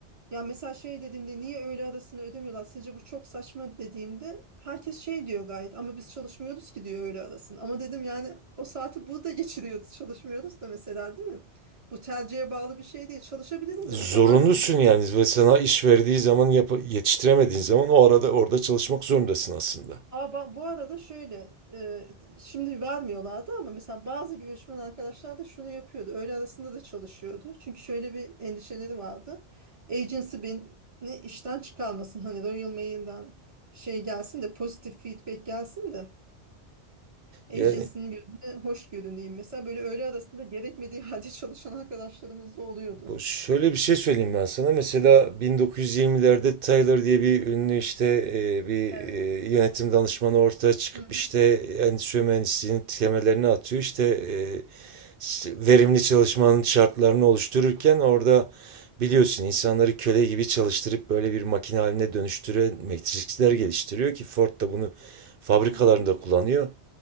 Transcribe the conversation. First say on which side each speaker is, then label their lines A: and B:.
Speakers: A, on the right (about 30°); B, on the right (about 55°).
A: ya mesela şey dediğimde niye öğle arasını ödemiyorlar? Sizce bu çok saçma dediğimde herkes şey diyor gayet ama biz çalışmıyoruz ki diyor öğle arasını. Ama dedim yani o saati burada geçiriyoruz çalışmıyoruz da mesela değil mi? Bu tercihe bağlı bir şey değil. Çalışabilirim
B: Zorunlusun
A: de mesela versin bana.
B: yani ve sana iş verdiği zaman yap yetiştiremediğin zaman o arada orada çalışmak zorundasın aslında.
A: Ama ba- bu arada şöyle e, t- şimdi vermiyorlardı ama mesela bazı göçmen arkadaşlar da şunu yapıyordu. Öğle arasında da çalışıyordu. Çünkü şöyle bir endişeleri vardı. Agency beni işten çıkarmasın. Hani Royal Mail'den şey gelsin de pozitif feedback gelsin de agency'nin
B: Yani
A: gözüne hoş görüneyim. Mesela böyle öğle arasında gerekmediği halde çalışan arkadaşlarımız da oluyordu.
B: Bu- Şöyle bir şey söyleyeyim ben sana. Mesela 1920'lerde Tyler diye bir ünlü işte e, bir
A: Evet.
B: e, yönetim danışmanı ortaya çıkıp
A: Hı hı.
B: işte endüstri mühendisliğinin temellerini atıyor. İşte e, s- verimli çalışmanın şartlarını oluştururken orada biliyorsun insanları köle gibi çalıştırıp böyle bir makine haline dönüştüren metrikler geliştiriyor ki Ford da bunu fabrikalarında
A: Hı hı.
B: kullanıyor.